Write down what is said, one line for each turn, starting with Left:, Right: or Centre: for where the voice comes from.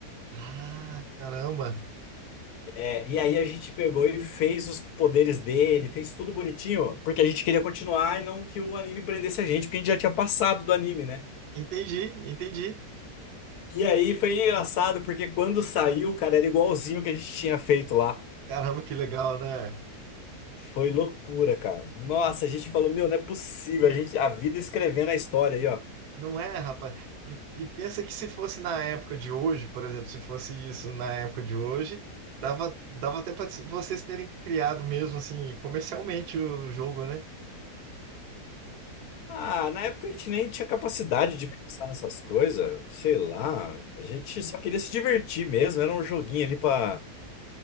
Right: Ah, caramba.
Left: É, e aí a gente pegou e fez os poderes dele, fez tudo bonitinho, porque a gente queria continuar e não que o anime prendesse a gente, porque a gente já tinha passado do anime, né?
Right: Entendi, entendi.
Left: E aí foi engraçado, porque quando saiu, cara, era igualzinho o que a gente tinha feito lá.
Right: Caramba, que legal, né?
Left: Foi loucura, cara. Nossa, a gente falou, meu, não é possível, a gente, a vida escrevendo a história aí, ó.
Right: Não é, rapaz. E, e pensa que se fosse na época de hoje, por exemplo, se fosse isso na época de hoje, dava, dava até para vocês terem criado mesmo assim comercialmente o jogo, né?
Left: Ah, na época a gente nem tinha capacidade de pensar nessas coisas, sei lá. A gente só queria se divertir mesmo, era um joguinho ali pra,